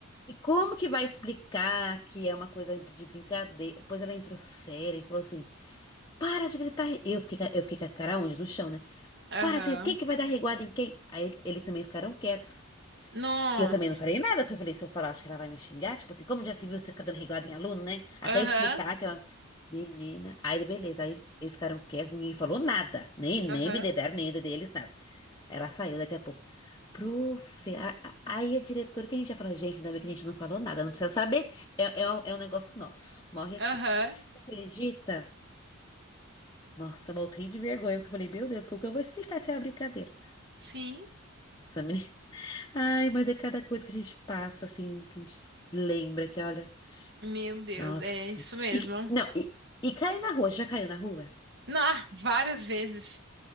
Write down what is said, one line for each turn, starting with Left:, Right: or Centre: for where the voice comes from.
Left: E como que vai explicar que é uma coisa de brincadeira? Depois ela entrou séria e falou assim: Para de gritar. re-" Eu fiquei, ca- eu fiquei com a cara onde? No chão, né?
Right: Aham.
Left: Para de. Quem que vai dar reguada em quem? Aí eles eles também ficaram quietos.
Right: Nossa.
Left: Eu também não falei nada, porque eu falei, se eu falar, acho que ela vai me xingar. Tipo assim, como já se viu você ficar dando reguada em aluno, né? Até
Right: Aham,
Left: explicar que ela. Menina. Aí, beleza. Aí eles ficaram quietos, ninguém falou nada. Nem,
Right: aham,
Left: nem me dedaram, nem deles, nada. Aí ela saiu daqui a pouco. Prof, a- a- aí a diretora que a gente ia falar, gente, ainda bem que a gente não falou nada, não precisa saber. É, é, um, é um negócio nosso. Morre
Right: aham.
Left: aqui. Você acredita? Nossa, eu morri de vergonha, porque eu falei, meu Deus, como que eu vou explicar que é uma brincadeira?
Right: Sim.
Left: Nossa, Ai, mas é cada coisa que a gente passa, assim, que a gente lembra que, olha,
Right: Meu Deus,
Left: nossa.
Right: é isso mesmo.
Left: E, que- não, e, e cair na rua, já caiu na rua?
Right: Ah, várias vezes.